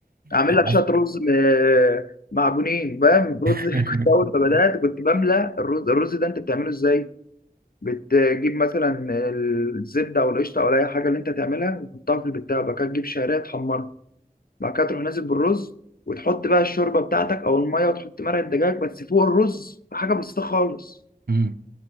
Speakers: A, on the left (about 75°); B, on the right (about 80°).
A: اعمل
B: عارف-
A: لك شويه رز م- معجونين فاهم رز
B: <laughs>
A: <laughs> كنت اول ما بدات كنت بملى الرز الرز ده انت بتعمله ازاي بتجيب مثلا الزبده او القشطه او اي حاجه اللي انت تعملها وتحطها في البتاع بعد كده تجيب شعريه تحمرها بعد كده تروح نازل بالرز وتحط بقى الشوربه بتاعتك او الميه وتحط مرقه دجاج بس فوق الرز حاجه بسيطه خالص
B: مم.